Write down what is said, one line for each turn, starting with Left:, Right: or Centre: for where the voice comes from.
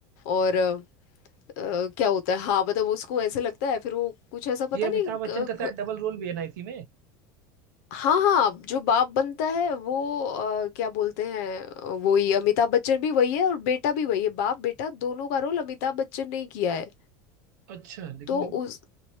Left: और अ, अ, क्या होता है हाँ मतलब उसको ऐसे लगता है फिर वो कुछ ऐसा
Right: ये
Left: पता
Right: अमिताभ
Left: नहीं अ,
Right: बच्चन का
Left: घ-
Right: शायद डबल रोल भी है ना इसी में
Left: हाँ हाँ जो बाप बनता है वो अ, क्या बोलते हैं अ, वही अमिताभ बच्चन भी वही है और बेटा भी वही है बाप बेटा दोनों का रोल अमिताभ बच्चन ने ही किया है
Right: अच्छा लेकिन
Left: तो उस